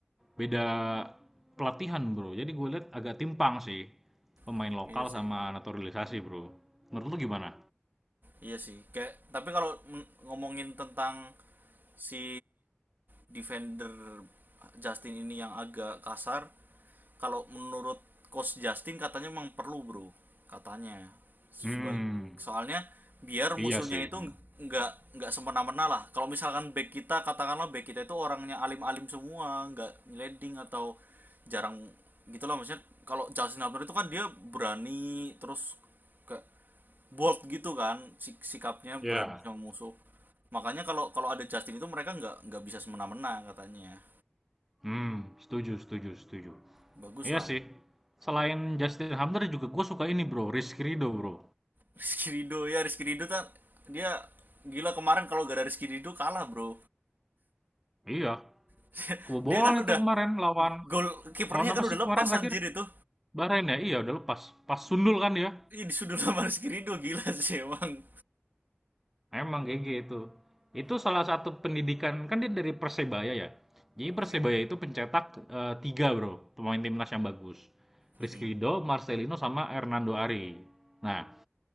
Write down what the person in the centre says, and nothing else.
beda pelatihan bro. Jadi gue lihat agak timpang sih pemain
lokal
sama naturalisasi bro. Menurut lu gimana?
Hmm,
iya sih.
Hmm.
Ya.
Hmm, setuju, setuju, setuju.
Iya
sih. Selain Justin Hamner juga gue suka ini bro, Rizky Ridho bro.
Iya,
kebobolan
itu kemarin lawan
lawan
apa
sih kemarin
terakhir?
Bahrain ya? Iya udah lepas. Pas Sundul kan dia?
Emang GG itu. Itu salah satu pendidikan kan dia dari Persebaya ya. Jadi Persebaya
itu pencetak eh, tiga bro pemain timnas yang bagus. Rizky
Ridho, Marcelino sama Hernando Ari. Nah,